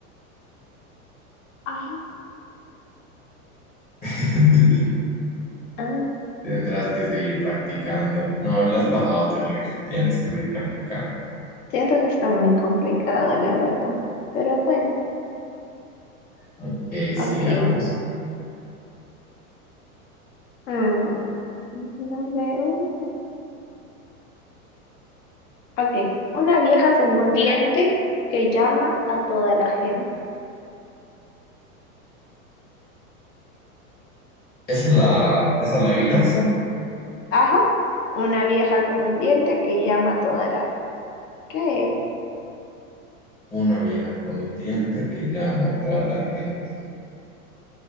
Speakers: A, on the left; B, on the left.
A: Ah,
B: <laughs>
A: ah,
B: Tendrás que seguir practicando. No, le has bajado a tu nivel. Tienes que seguir practicando.
A: Siento que está muy complicado, la verdad. Pero bueno,
B: Ok, sigamos.
A: ok. Mm, no veo. Ok. Una vieja con un diente que llama a toda la gente.
B: Esa es la, esa es la adivinanza.
A: Ajá. Una vieja con un diente que llama a toda la gente. ¿Qué es?
B: Una vieja con un diente que llama a toda la gente.